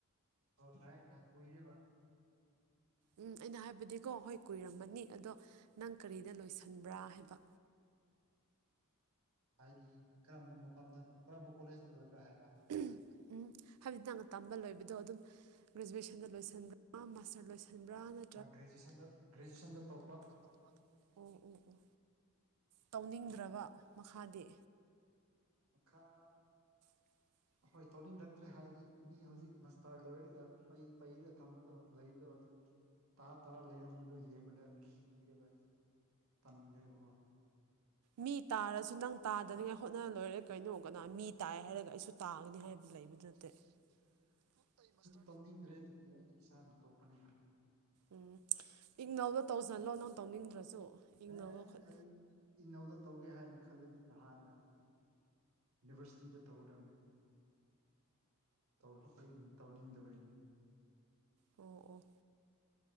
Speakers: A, on the right; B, on the right.
A: ꯑꯣ ꯇꯥꯏ ꯇꯥꯏ ꯀꯨꯏꯔꯦꯕ
B: ꯎꯝ ꯑꯩꯅ ꯍꯥꯏꯕꯗꯤꯀꯣ ꯍꯣꯏ ꯀꯨꯏꯔꯝꯃꯅꯤ ꯑꯗꯣ ꯅꯪ ꯀꯔꯤꯗ ꯂꯣꯏꯁꯟꯕ꯭ꯔꯥ ꯍꯥꯏꯕ
A: ꯍꯥꯏꯗꯤ ꯀꯔꯝꯕ ꯃꯐꯝꯗ ꯀꯔꯝꯕ ꯀꯣꯂꯦꯖꯇ ꯂꯣꯏꯕ꯭ꯔꯥ ꯍꯥꯏꯕ
B: ꯎꯝ ꯑꯝ ꯍꯥꯏꯕꯗꯤ ꯅꯪꯅ ꯇꯝꯕ ꯂꯣꯏꯕꯗꯣ ꯑꯗꯨꯝ ꯒ꯭ꯔꯦꯖꯨꯌꯦꯁꯟꯗ ꯂꯣꯏꯁꯤꯟꯕ꯭ꯔꯥ ꯃꯥꯁꯇꯔ ꯂꯣꯏꯁꯤꯟ ꯁꯟꯕ꯭ꯔꯥꯅ
A: ꯑ ꯒ꯭ꯔꯦꯖꯨꯑꯦꯁꯟꯗ ꯒ꯭ꯔꯦꯖꯨꯑꯁꯟ ꯇꯣꯛꯄ
B: ꯑꯣ ꯑꯣ ꯑꯣ ꯇꯧꯅꯤꯡꯗ꯭ꯔꯕ ꯃꯈꯥꯗꯤ
A: ꯃꯈꯥ
B: <inaudible>
A: ꯍꯣꯏ ꯇꯧꯅꯤꯡꯂꯛꯇ꯭ꯔꯦ ꯍꯥꯏꯗꯤ ꯃꯤ ꯍꯧꯖꯤꯛ ꯃꯁꯇꯔ ꯂꯣꯏꯔꯒ ꯄꯩ ꯄꯩꯔꯒ ꯊꯝꯕꯗꯣ ꯂꯩꯕꯗꯣ ꯑꯗꯨ ꯇꯥ ꯇꯥꯔ ꯂꯩꯔꯝꯕꯗꯣ ꯌꯦꯡꯕꯗ ꯈꯤꯔꯦꯕ ꯇꯟꯈ꯭ꯔꯦꯕꯀꯣ
B: ꯃꯤ ꯇꯥꯔꯁꯨ ꯅꯪ ꯇꯥꯗꯅꯤꯉꯥꯏ ꯍꯣꯠꯅ ꯂꯣꯏꯔꯦ ꯀꯩꯅꯣ ꯀꯅꯥ ꯃꯤ ꯇꯥꯏ ꯍꯥꯏꯔꯒ ꯑꯩꯁꯨ ꯇꯥꯒꯅꯤ ꯍꯥꯏꯕ ꯂꯩꯕ ꯅꯠꯇꯦ <unintelligible>
A: ꯇꯧꯅꯤꯡꯗ꯭ꯔꯦ ꯑꯗꯨꯒꯤ ꯑꯩ ꯏꯁꯥꯅ ꯇꯣꯛꯄꯅꯤ
B: ꯎꯝ ꯏꯒꯅꯧꯗ ꯇꯧꯁꯤꯜꯂꯣ ꯅꯪ ꯇꯧꯅꯤꯡꯗ꯭ꯔꯁꯨ ꯏꯛꯅꯧꯗ
A: ꯑꯦ
B: ꯈꯛ
A: ꯑꯩ ꯏꯅꯧꯗ ꯇꯧꯒꯦ ꯍꯥꯏꯅ ꯈꯟꯂꯗꯤ ꯅꯍꯥꯟꯅ ꯌꯨꯅꯤꯕꯔꯁꯤꯇꯤꯗ ꯇꯧꯒꯗꯕꯅꯦ ꯇꯧꯔꯣ ꯑꯩꯅ ꯇꯧꯅꯤꯡꯗꯕꯒꯤꯅꯤ
B: ꯑꯣ ꯑꯣ